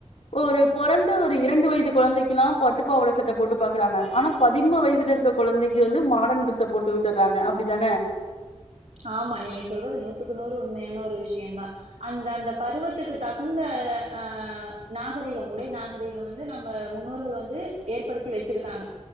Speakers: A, on the left; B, on the right.
A: ஒரு பொறந்த ஒரு இரண்டு வயது கொழந்தைக்கெல்லா பட்டுப்பாவாட சட்ட போட்டு பாக்கறாங்க ஆனா பதின்ம வயதுல இருக்குற கொழந்தைக்கு வந்து மாடர்ன் ட்ரெஸ்ஸ போட்டு விட்டர்றாங்க அப்டித்தான
B: ஆமா நீங்க சொல்றது நூத்துக்கு நூறு உண்மையான ஒரு விஷ்யோதா அந்த அந்த பருவத்துக்கு தகுந்த அ நாகரிகம் உடை நாகரீகம் வந்து நம்ப முன்னோர்கள் வந்து ஏற்படுத்தி வெச்சிருக்காங்க